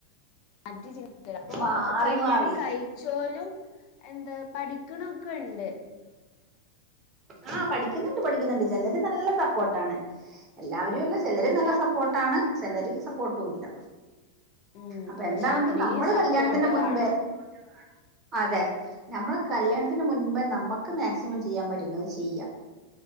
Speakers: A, on the left; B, on the right.
A: മാറ്റി ചിന്തി അപ്പൊ
B: മാറി
A: കല്യാണം
B: മാറി
A: കഴിച്ചോലും എന്താ പഠിക്കണൊക്കെ ഉണ്ട്
B: ആഹ പഠിക്കുന്നുണ്ട് പഠിക്കുന്നുണ്ട് ചിലര് നല്ല സപ്പോർട്ട ആണ് എല്ലാവരും
A: ഉം
B: അല്ല ചിലരും
A: പക്ഷെ
B: നല്ല സപ്പോർട്ടാണ് ചിലര് സപ്പോർട്ടുമല്ല
A: ഉം
B: അപ്പൊ
A: പക്ഷെ
B: എന്താണെങ്കിലും
A: അത്രയും
B: നമ്മള്
A: സപ്പോർട്ട്
B: കല്യാണത്തിന്റെ മുൻപേ
A: വേണം
B: <unintelligible> അതെ നമ്മളെ കല്യാണത്തിന് മുൻപേ നമുക്ക് മാക്സിമം ചെയ്യാൻ പറ്റുന്നത് ചെയ്യാം